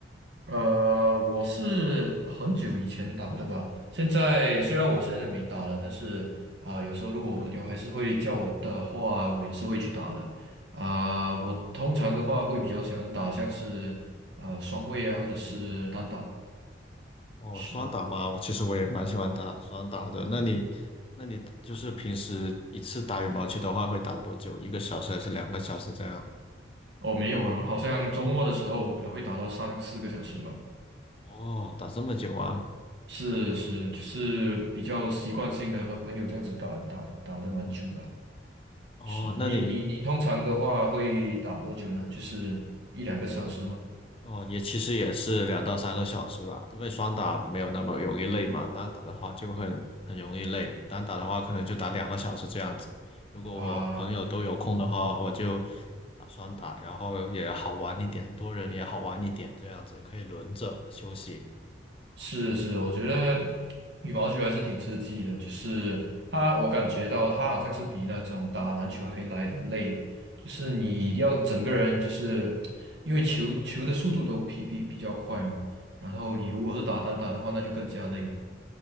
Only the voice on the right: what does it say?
呃，我是很久以前打的吧。现在虽然我现在没打了，但是啊、有时候如果我朋友还是会叫我的话，我也是会去打的。啊、我通常的话会比较喜欢打像是呃双位啊，或者是单打。
是，
哦，没有了，好像周末的时候我可能会打到三四个小时吧。
是是，就是比较习惯性的和朋友这样子打打打的蛮久的。
是你你你通常的话会打多久呢？
就是一两个小时吗？
啊，
是是，我觉得羽毛球还是挺刺激的，就是它，我感觉到它好像是比那种打篮球还来的累，就是你要整个人就是因为球球的速度都比比比较快嘛，然后你如果是打单打的话，那就更加累了。